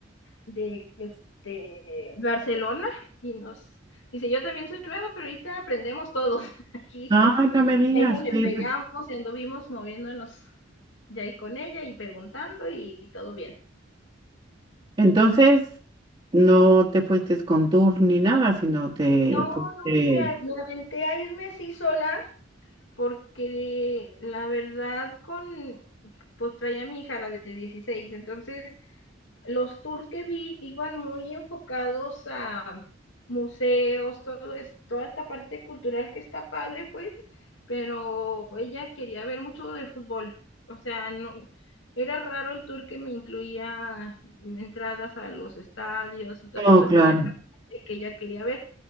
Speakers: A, on the left (about 70°); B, on the right (about 25°).
A: de este, Barcelona y nos dice, yo también soy nueva, pero ahorita aprendemos todos <laughs> aquí
B: Ay, no me digas.
A: ella le
B: Sí,
A: pegamos
B: pues.
A: y anduvimos moviéndonos ya ahí con ella y preguntando y todo bien.
B: Entonces, no te fuiste con tour ni nada, sino te
A: No,
B: fuiste-
A: no, me, me aventé a irme así sola porque la verdad con, pues traía a mi hija, la de dieciséis entonces los tours que vi iban muy enfocados a museos, todo es, toda esta parte cultural que está padre, pues, pero ella quería ver mucho de fútbol. O sea, no, era raro el tour que me incluía entradas a los estadios y todo
B: No,
A: esto
B: claro.
A: que, era esta parte que ella quería ver.